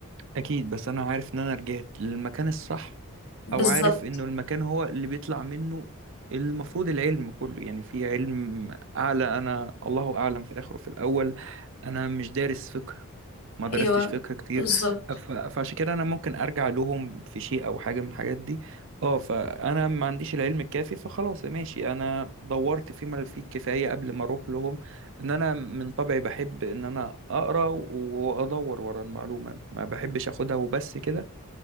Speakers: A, on the right; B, on the left.
A: اكيد بس انا عارف ان انا رجعت للمكان الصح
B: بالظبط
A: او عارف انه المكان هو اللي بيطلع منه المفروض العلم كله يعني في علم اعلى انا الله اعلم في الاخر وفي الاول انا مش دارس فقه ما درستش
B: ايوه
A: فقه كتير
B: بالظبط
A: ف- فعشان كده انا ممكن ارجع لهم في شيء او حاجه من الحاجات دي اه فانا ما عنديش العلم الكافي فخلاص ماشي انا دورت فيما فيه الكفايه قبل ما اروح لهم ان انا من طبعي بحب ان انا اقرا و- وادور ورا المعلومه ما بحبش اخدها وبس كده